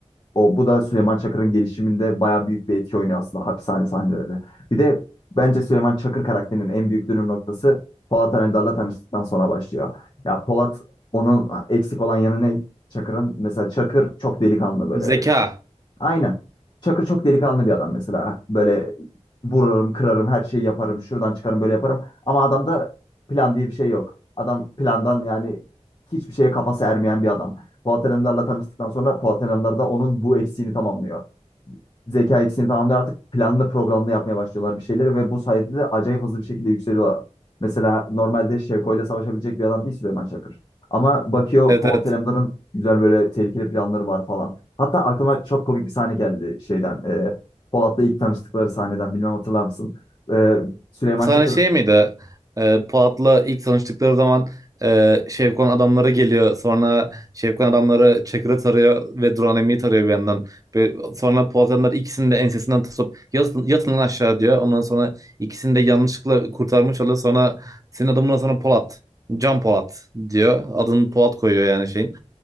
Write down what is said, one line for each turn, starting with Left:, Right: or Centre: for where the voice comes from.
Left: O, bu da Süleyman Çakır'ın gelişiminde bayağı büyük bir etki oynuyor aslında hapishane sahneleri. Bir de bence Süleyman Çakır karakterinin en büyük dönüm noktası Polat Alemdar'la tanıştıktan sonra başlıyor. Ya Polat onun eksik olan yanı ne? Çakır'ın mesela Çakır çok delikanlı böyle
Right: Zeka.
Left: Aynen. Çakır çok delikanlı bir adam mesela. Böyle vururum, kırarım, her şeyi yaparım. Şuradan çıkarım, böyle yaparım. Ama adamda plan diye bir şey yok. Adam plandan yani hiçbir şeye kafası ermeyen bir adam. Polat Alemdar'la tanıştıktan sonra Polat Alemdar da onun bu eksiğini tamamlıyor zeka eksiğini tamamlıyor. Artık planlı programlı yapmaya başlıyorlar bir şeyleri ve bu sayede de acayip hızlı bir şekilde yükseliyorlar. Mesela normalde Şevko ile savaşabilecek bir adam değil Süleyman Çakır. Ama bakıyor
Right: Evet
Left: Polat
Right: evet.
Left: Alemdar'ın güzel böyle tehlikeli planları var falan. Hatta aklıma çok komik bir sahne geldi şeyden. E, Polat'la ilk tanıştıkları sahneden bilmem hatırlar mısın? E, Süleyman
Right: O Sana
Left: Çakır
Right: şey miydi? E, Polat'la ilk tanıştıkları zaman e, Şevkon adamları geliyor. Sonra Şevkon adamları Çakır'ı tarıyor ve Duran Emi'yi tarıyor bir yandan. Ve sonra Polat adamlar ikisini de ensesinden tutup yatın, yatın lan aşağı diyor. Ondan sonra ikisini de yanlışlıkla kurtarmış oluyor. Sonra senin adamına sonra Polat. Can Polat diyor. Adını Polat koyuyor yani şeyin.